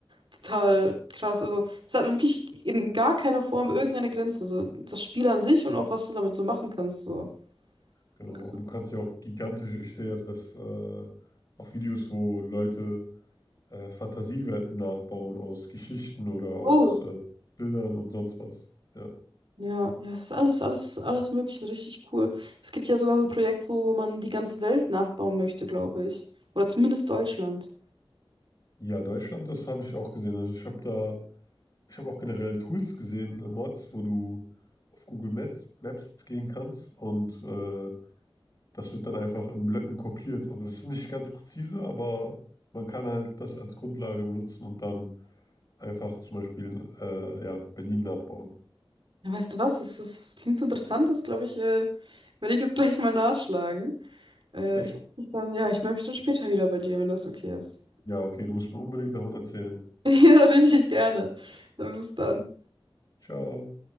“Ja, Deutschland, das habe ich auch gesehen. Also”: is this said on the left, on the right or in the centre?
Left